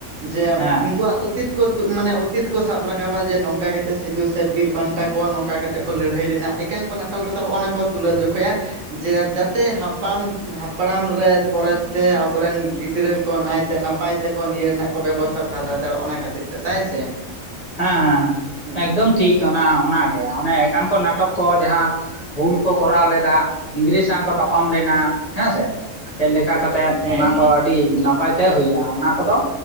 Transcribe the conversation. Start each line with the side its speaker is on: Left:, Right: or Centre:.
Right: ᱡᱮ
Left: ᱦᱮᱸ
Right: ᱩᱱᱠᱩᱣᱟᱜ ᱚᱛᱤᱛ ᱠᱚ ᱢᱟᱱᱮ ᱚᱛᱤᱛ ᱠᱚ ᱥᱟᱵ ᱨᱟᱠᱟᱵᱟ ᱡᱮ ᱱᱚᱝᱠᱟ ᱠᱟᱛᱮᱫ ᱥᱤᱫᱩ ᱥᱮ ᱵᱤᱨ ᱵᱟᱱᱴᱟ ᱠᱚᱣᱟ ᱱᱚᱝᱠᱟ ᱠᱟᱛᱮ ᱠᱚ ᱞᱟᱹᱲᱦᱟᱹᱭ ᱞᱮᱱᱟ ᱮᱠᱟᱝᱠᱚ ᱱᱟᱴᱚᱠ ᱨᱮᱫᱚ ᱦᱚᱜᱚ ᱱᱟ ᱠᱚ ᱛᱩᱞᱟᱹᱣ ᱡᱚᱠᱷᱟᱭᱟ ᱡᱮ ᱡᱟᱛᱮ ᱦᱟᱯᱟᱢ ᱦᱟᱯᱲᱟᱢ ᱨᱮ ᱯᱚᱨᱮ ᱛᱮ ᱟᱵᱚᱨᱮᱱ ᱜᱤᱫᱽᱨᱟᱹ ᱠᱚ ᱱᱟᱭᱛᱮ ᱱᱟ ᱱᱟᱯᱟᱭ ᱛᱮᱠᱚ ᱱᱤᱭᱟᱹ ᱨᱮᱱᱟᱜ ᱠᱚ ᱵᱮᱵᱚᱥᱛᱷᱟ ᱠᱚ ᱦᱟᱛᱟᱣ ᱫᱟᱲᱮᱭᱟᱜ-ᱟ ᱚᱱᱟ ᱠᱷᱟᱹᱛᱤᱨ ᱛᱮ ᱛᱟᱭ ᱥᱮ
Left: ᱦᱮᱸ ᱦᱮᱸ ᱦᱮᱸ
Right: ᱦᱩᱸ
Left: ᱮᱠᱫᱚᱢ ᱴᱷᱤᱠ ᱚᱱᱟ ᱚᱱᱟ ᱜᱮ ᱚᱱᱮ ᱮᱠᱟᱝᱠᱚ ᱱᱟᱴᱚᱠ ᱠᱚ ᱡᱟᱦᱟᱸ ᱦᱩᱞ ᱠᱚ ᱠᱚᱨᱟᱣ ᱞᱮᱫᱟ ᱤᱝᱨᱮᱡᱽ ᱥᱟᱶ ᱠᱚ ᱛᱟᱯᱟᱢ ᱞᱮᱱᱟ ᱦᱮᱸ ᱥᱮ ᱪᱮᱫ ᱞᱮᱠᱟ ᱠᱟᱛᱮᱫ
Right: ᱦᱮᱸ
Left: ᱚᱱᱟ ᱠᱚ ᱟᱹᱰᱤ ᱱᱟᱯᱟᱭ ᱛᱮ ᱦᱳᱭᱳᱜ-ᱟ ᱚᱱᱟ ᱠᱚ ᱫᱚ